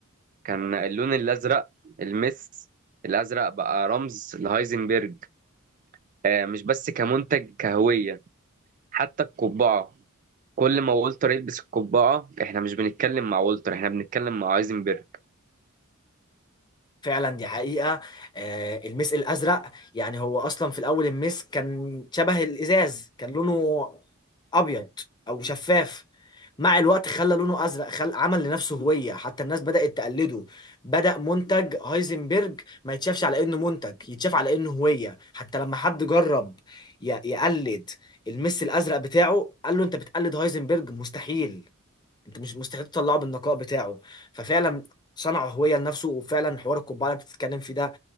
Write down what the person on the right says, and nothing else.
كان اللون الازرق المس الازرق بقى رمز لهايزنبرج آه مش بس كمنتج كهويه حتى القبعه كل ما والتر يلبس القبعه احنا مش بنتكلم مع والتر احنا بنتكلم مع هايزنبرج